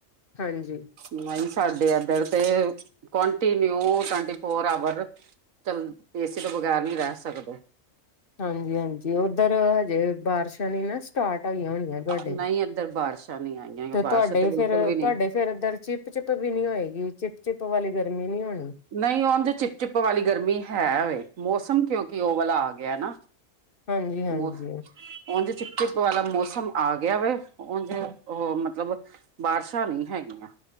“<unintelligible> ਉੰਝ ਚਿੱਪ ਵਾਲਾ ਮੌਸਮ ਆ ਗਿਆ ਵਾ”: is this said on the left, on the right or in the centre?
Right